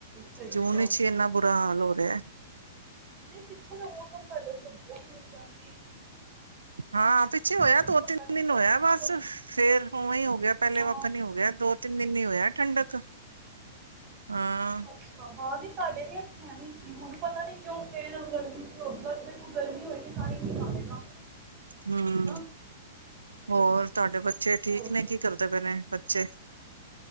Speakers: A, on the right; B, on the right.
A: ਸਹੀ
B: ਜੂਨ
A: ਕਿਹਾ
B: ਵਿਚ ਹੀ ਇੰਨਾ ਬੁਰਾ ਹਾਲ ਹੋ ਰਿਆ
A: ਨਹੀਂ ਪਿੱਛੇ ਦਾ ਮੌਸਮ ਸਾਡੇ ਏਥੇ ਬਹੁਤ ਵਧੀਆ ਸੀ
B: ਹਾਂ ਪਿੱਛੇ ਹੋਇਆ
A: ਹੁਣ
B: ਦੋ
A: ਪਤਾ
B: ਤਿੰਨ
A: ਨਹੀਂ
B: ਦਿਨ
A: ਕਿਉਂ
B: ਹੋਇਆ
A: ਇੱਕੋ
B: ਬਸ
A: ਦਮ
B: ਫੇਰ ਓਵੇਂ ਹੀ ਹੋ ਗਿਆ ਪਹਿਲੇ
A: ਹਾਂ
B: ਵੱਖ ਨੀ ਹੋ ਗਿਆ ਦੋ ਤਿੰਨ ਦਿਨ ਹੀ ਹੋਇਆ ਠੰਡਕ ਹਾਂ
A: ਅੱਛਾ ਹਾਂ ਨਹੀਂ ਸਾਡੇ ਵੀ ਏਥੇ ਐਂ ਸੀ ਹੁਣ ਪਤਾ ਨੀ ਕਿਉਂ ਫਿਰ ਗਰਮੀ ਚ ਹੋਵੇ ਬਸ ਦੇੇ ਕੋ ਗਰਮੀ ਹੋਏਗੀ ਤਾਂ ਹੀ ਮੀਂਹ ਆਏਗਾ
B: ਹੂੰ
A: ਹਨਾ
B: ਹੋਰ ਤੁਹਾਡੇ ਬੱਚੇ ਠੀਕ
A: ਹੋਰ
B: ਨੇ
A: ਦੱਸੋ
B: ਕੀ ਕਰਦੇ ਪਏ ਨੇ ਬੱਚੇ